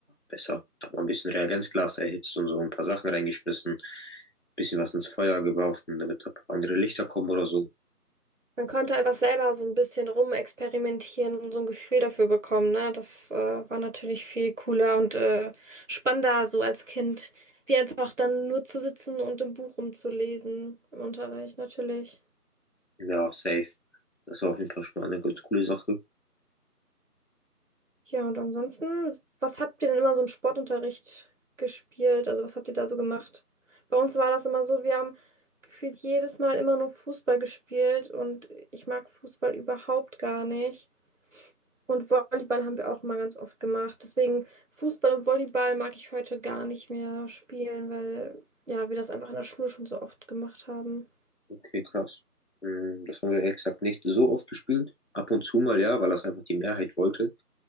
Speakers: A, on the left; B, on the right.
A: besser. Da hat man ein bisschen Reagenzglas erhitzt und so ein paar Sachen reingeschmissen, bisschen was ins Feuer geworfen, damit da andere Lichter kommen oder so.
B: Man konnte einfach selber so ein bisschen rumexperimentieren und so ein Gefühl dafür bekommen, ne? Das äh, war natürlich viel cooler und äh, spannender so als Kind, wie einfach dann nur zu sitzen und im Buch rumzulesen im Unterricht, natürlich.
A: Ja, safe. Das war auf jeden Fall schon mal eine ganz coole Sache.
B: Ja, und ansonsten, was habt ihr denn immer so im Sportunterricht gespielt? Also was habt ihr da so gemacht? Bei uns war das immer so, wir haben gefühlt jedes Mal immer nur Fußball gespielt und ich mag Fußball überhaupt gar nicht. Und Volleyball haben wir auch immer ganz oft gemacht. Deswegen Fußball und Volleyball mag ich heute gar nicht mehr spielen, weil ja, wir das einfach in der Schule schon so oft gemacht haben.
A: Okay, krass. Mm, Das haben wir ehrlich gesagt nicht so oft gespielt. Ab und zu mal, ja, weil das einfach die Mehrheit wollte.